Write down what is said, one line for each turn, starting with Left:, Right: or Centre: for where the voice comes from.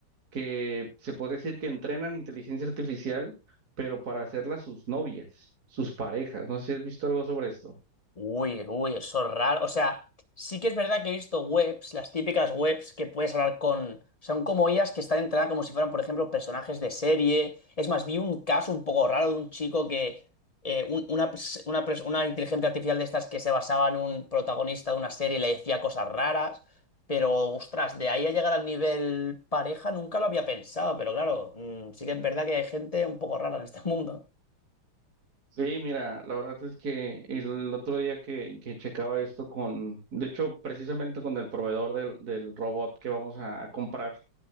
Right: que se puede decir que entrenan inteligencia artificial, pero para hacerlas sus novias, sus parejas. No sé si has visto algo sobre esto.
Left: Uy, uy, eso es raro. O sea, sí que es verdad que he visto webs, las típicas webs que puedes hablar con. Son como ellas que están entradas como si fueran, por ejemplo, personajes de serie. Es más, vi un caso un poco raro de un chico que. eh, un- una, pers- una, pers- una inteligencia artificial de estas que se basaba en un protagonista de una serie y le decía cosas raras. Pero, ostras, de ahí a llegar al nivel pareja nunca lo había pensado. Pero claro, mm, sí que es verdad que hay gente un poco rara en este <laughs> mundo.
Right: Sí, mira, la verdad es que el otro día que, que checaba esto con, de hecho, precisamente con el proveedor del, del robot que vamos a, a comprar,